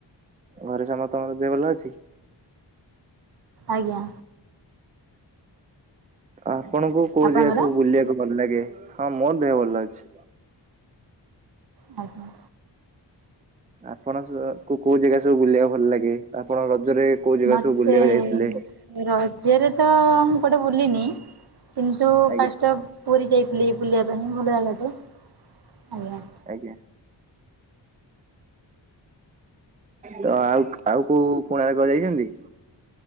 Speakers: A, on the right; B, on the right.
A: ଘରେ ସମସ୍ତଙ୍କର ଦେହ ଭଲ ଅଛି?
B: ଆଜ୍ଞା।
A: ଆପଣଙ୍କୁ କୋଉ
B: ଆପଣଙ୍କର
A: ଜେଗା ସବୁ ବୁଲିବାକୁ ଭଲ ଲାଗେ ହଁ ମୋର ଦେହ ଭଲ ଅଛି।
B: ଆଜ୍ଞା।
A: ଆପଣ ସ କୁ କୋଉ ଜାଗା ସବୁ ବୁଲିବାକୁ ଭଲ ଲାଗେ ଆପଣ ରଜରେ କୋଉ ଜାଗା
B: ମତେ
A: ସବୁ ବୁଲିବାକୁ ଯାଇଥିଲେ?
B: ରଜରେ ତ ମୁଁ କୁଆଡେ ବୁଲିିନି କିନ୍ତୁ
A: ଆଜ୍ଞା
B: ଫାଷ୍ଟ ପୁରୀ ଯାଇଥିଲିି ବୁଲିବା ପାଇଁ ଭଲ ଜାଗା ଟେ ଆଜ୍ଞା।
A: ଆଜ୍ଞା। ତ ଆଉ ଆଉ କୋଉ କୋଣାର୍କ ଯାଇଛନ୍ତି?